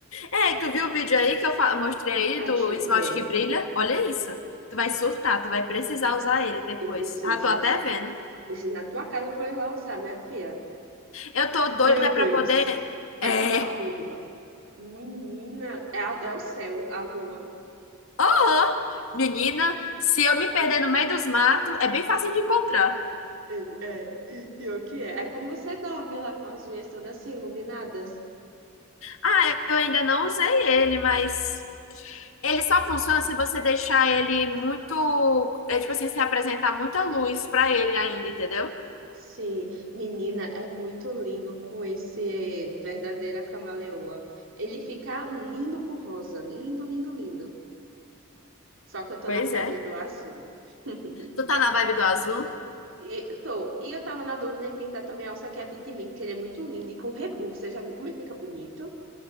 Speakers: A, on the left; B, on the right.
A: É, e tu viu o vídeo aí que eu fa- mostrei aí
B: Ah,
A: do
B: deixa eu
A: esmalte
B: ver.
A: que brilha? Olha isso. Tu vai surtar, tu vai precisar usar ele depois.
B: Eu preciso,
A: Ah, tô até vendo.
B: preciso ir na tua casa pra eu ir lá usar, minha filha.
A: Eu tô
B: Meu
A: doida
B: Deus,
A: pra poder.
B: parece
A: É.
B: uma lua. Menina, é, a- é o céu, a lua.
A: ó, Menina, se eu me perder no meio dos matos, é bem fácil de encontrar.
B: É, é, e pior que é. Aí como você dorme lá com as unhas todas assim iluminadas?
A: Ah, eu ainda não usei ele, mas. Ele só funciona se você deixar ele muito. É tipo assim, se apresentar muita luz pra ele ainda, entendeu?
B: Sim, menina, é muito lindo com esse verdadeira camaleoa. Ele fica lindo com rosa, lindo, lindo, lindo. Só que eu tô
A: Pois
B: na vibe
A: é.
B: do azul. <laughs>
A: Tu tá na vibe do azul?
B: E, tô, e eu tava na dúvida em pintar também a alça que habita em mim, que ele é muito lindo e com rebu. Você já viu como ele fica bonito?